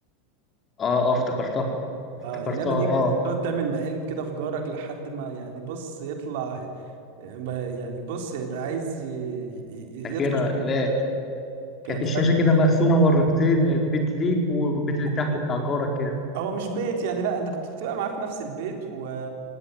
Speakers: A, on the left; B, on the right.
A: اه اه افتكرتها افتكرتها
B: اه اللعبة دي كنت
A: اه
B: بتقعد تعمل مقالب كده في جارك لحد ما يعني بص يطلع يعني بص يبقى عايز ي- ي-
A: فاكرها
B: يطفش
A: لا
B: كانت
A: كانت الشاشة كده مقسومة مرتين بيت ليك والبيت اللي تحت
B: إيه؟
A: بتاع جارك كده
B: هو مش بيت يعني لا انت كنت بتبقى معاه في نفس البيت و...